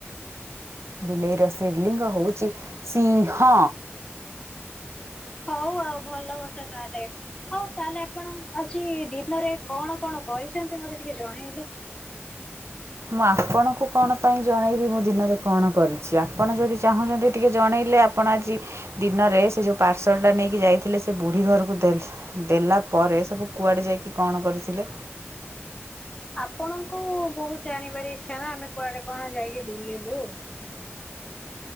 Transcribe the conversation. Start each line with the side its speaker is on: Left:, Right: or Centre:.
Right: ବିଲେଇ ର ଶ୍ରୀଲିଙ୍ଗ ହଉଛି ସିଂହ।
Left: ହଉ ଆଉ ଭଲ କଥା ତାହେଲେ। ହଉ ତାହେଲେ ଆପଣ ଆଜି ଦିନରେ କଣ କଣ କରିଛନ୍ତି ମତେ ଟିକେ ଜଣେଇଲେ?
Right: ମୁଁ ଆପଣଙ୍କୁ କଣ ପାଇଁ ଜଣେଇବି, ମୁଁ ଦିନରେ କଣ କରିଛି। ଆପଣ ଯଦି ଚାହୁଁଛନ୍ତି ଟିକେ ଜଣେଇଲେ, ଆପ ଆପଣ ଆଜି ଦିନରେ ସେ ଯେଉଁ ପାର୍ସଲଟା ନେଇକି ଯାଇଥିଲେ ସେ ବୁଢ଼ୀ ଘରକୁ ଦେଲେ ଦେଲା ପରେ ସବୁ କୁଆଡ଼େ ଯାଇକି କଣ କରିଥିଲେ?
Left: ଆପଣଙ୍କୁ ବହୁତ ଜାଣିବାରେ ଇଚ୍ଛା ନା ଆମେ କୁଆଡେ କଣ ଯାଇକି ବୁଲିଲୁ?